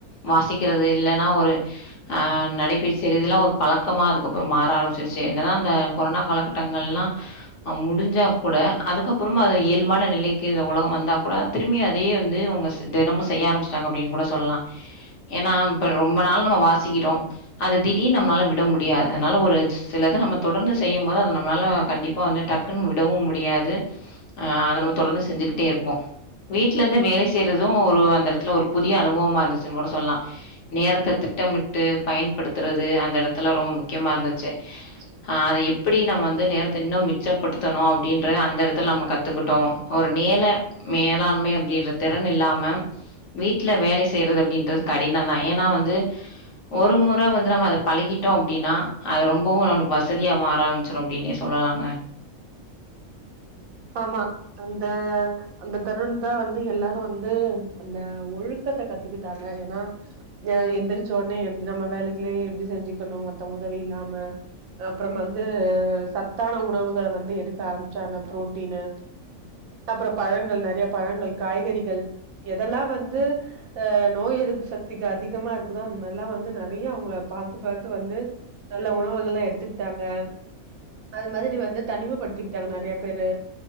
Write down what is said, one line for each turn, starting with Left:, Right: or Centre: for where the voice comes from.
Left: வாசிக்கிறது இல்லன்னா ஒரு நடை பயிற்ச்சி இதெல்லா ஒரு பழக்கமா அதுக்கப்புறோ மாறி ஆரம்பிச்சிருச்சு என்ன தா அந்த கொரோனா காலக்கட்டங்கள் எல்லா முடிஞ்சா கூட அதுக்கப்புறமு அது இயல்பான நிலைக்கு ஒலகோ வந்தா கூட திரும்பி அதேயே வந்து அவுங்க ச தெனமு செய்ய ஆரம்பச்சிட்டாங்க அப்டின்னு கூட சொல்லலா ஏனா இப்ப ரொம்ப நாள் நம்ம வாசிக்கிறோ அத திடீர்னு நம்மளால விட முடியாது அதனால ஒரு சிலது நம்ம தொடர்ந்து செய்யு போது ‌ அத நம்மாலால கண்டிப்பா வந்து டக்குன்னு விடவு முடியாது ஆ அத நம்ம தொடர்ந்து செஞ்சுகிட்டே இருப்போ வீட்ல இருந்து வேல செய்யிறது ஒரு அந்த இடத்துல ஒரு புதிய அனுபவமா இருந்துச்சுன்னுக் கூட சொல்லலா நேரத்த திட்டமிட்டு பயன்படுத்துறது அந்த எடத்துல ரொம்போ முக்கியமாக இருந்துச்சு
Right: <unintelligible>
Left: ஆ அத எப்டி நம்ம வந்து நேரத்த இன்னு மிச்சப்படுத்தணு அப்டின்றத அந்த எடத்துல நம்ம கத்துக்கிட்டோ ஒரு வேல மேலாண்மை அப்டின்ற திறன் இல்லாம வீட்ல வேலை செய்யிறது அப்டின்றது கடின தா ஏனா வந்து ஒரு முற வந்து நம்ம அத ‌பழகிட்டோ அப்டின்னா அவ ரொம்பவு நம்முளுக்கு வசதியா மாற ஆரம்பிச்சிரு அப்டின்னே சொல்லலாங்க
Right: ஆமா அந்த அந்த தருணத்தா வந்து எல்லாரு வந்து அந்த ஒழுக்க த கத்துக்கிட்டாங்க ஏனா எந்திரிச்ச ஒனே நம்ம வேலைகலயே எப்டி செஞ்சுக்கணு மத்த <unintelligible> இல்லாம அப்றம் வந்து சத்தான உணவுகள வந்து எடுக்க ஆரம்பிச்சாங்க ப்ரோட் டினு அப்றோ பழங்கள் நறையா பழங்கள் காய்கறிகள் எதெல்லா வந்து அ நோய் எது எதிர்ப்பு சக்திக்கு அதிகமா இருக்குதோ அந்த மாரிலா வந்து நறையா அவுங்கள பாத்து பாத்து வந்து நல்ல உணவுகள்லா எடுத்துக்கிட்டாங்க ‌அது மாரி வந்து தனிமைப்படுத்திக்கிட்டாங்க நறைய பேரு